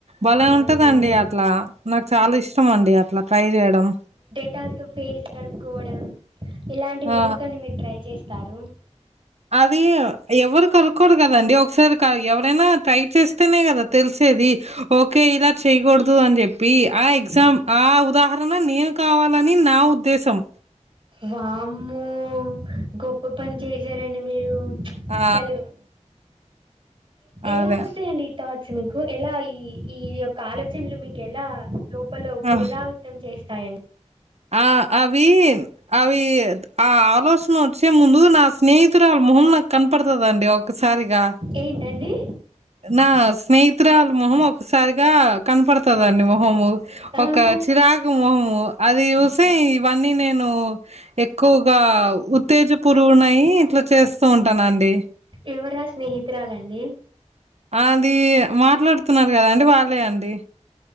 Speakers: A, on the right; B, on the right.
A: బలే
B: అవునండి
A: ఉంటదండి. అట్లా నాకు చాలా ఇష్టం అండి అట్లా ట్రై చేయడం
B: హ్యాండ్స్ ఫేస్ కడుక్కోవడం ఇలాంటివి
A: ఆ
B: ఎందుకండి మీరు ట్రై చేస్తారు
A: అది ఎవరు కనుక్కోరు కదండి ఒకసారి ఎవరైనా ట్రై చేస్తేనే కదా తెలిసి చెసేది. ఓకే ఇలా చేయకూడదు అని చెప్పి ఆ ఎగ్జామ్ ఆ ఉదాహరణ నేను కావాలని నా ఉద్దేశం.
B: వామ్మో గొప్ప పని చేసారండి మీరు.
A: ఆ
B: అసలు ఎలా
A: అదే
B: వస్తాయండి ఈ థాట్స్ మీకు. ఎలా ఈ యొక్క ఆలోచనలు మీకు ఎలా లోపల పునరావృతం
A: ఆ
B: చేస్తాయండి.
A: ఆ అవి అవి ఆ ఆలోచన వచ్చే ముందు నా నేను కూడా స్నేహితురాలు మొహం నాకు కనపడతుదండి ఒకసారిగా.
B: ఏంటండి
A: నా స్నేహితురాలు మొహము ఒకసారిగా కనపడుతదండి మొహము
B: అవునా
A: ఒక చిరాకు ముఖము అది చూసి ఇవి అన్నీ నేను నేను ఎక్కువగా ఉత్తేజపురువునయి ఇట్లా చేస్తూ ఉంటాన అండి.
B: ఎవరా స్నేహితురాలండి?
A: అది మాట్లాడుతున్నాను కదా అండి వాళ్ళే అండి.